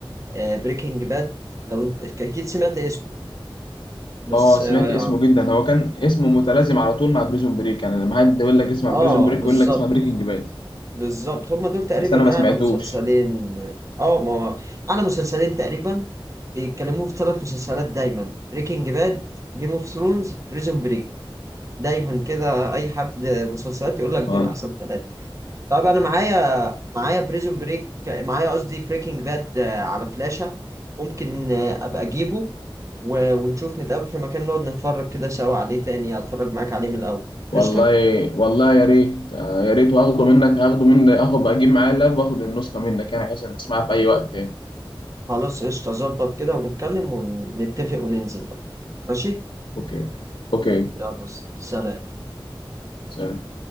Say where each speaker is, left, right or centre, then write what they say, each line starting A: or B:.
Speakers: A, on the right; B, on the left.
A: بريكنج باد لو انت اكيد سمعت اسمه بس
B: اه سمعت
A: اه
B: اسمه جدا هو كان اسمه متلازم على طول مع بريزون بريك يعني لما حد يقول لك اسمع
A: آه،
B: بريزون بريك
A: بالظبط
B: يقول لك اسمع بريكنج باد
A: بالظبط هما دول تقريبا
B: بس انا ما سمعتوش
A: اعلى مسلسلين اه ما هو اعلى مسلسلين تقريبا بيتكلموا في ثلاث مسلسلات دايما بريكنج باد جيم اوف ثرونز بريزون بريك دايما كده اي حد مسلسلات يقول لك دول
B: اه
A: احسن ثلاثه طب انا معايا معايا بريزون بريك معايا قصدي بريكنج باد على فلاشة ممكن آه، ابقى اجيبه و- ونشوف نتقابل في مكان نقعد نتفرج كده سوا عليه تاني اتفرج معاك عليه من الاول
B: والله
A: قشطة
B: والله يا ريت آه، يا ريت وهاخده منك هاخده مني اخد اجيب معايا اللاب واخد النسخة منك يعني بحيث ان اسمعها في اي وقت تاني
A: خلاص قشطة ظبط كده ونتكلم ونتفق وننزل بقى ماشي
B: اوكي اوكي
A: يلا سلام
B: سلام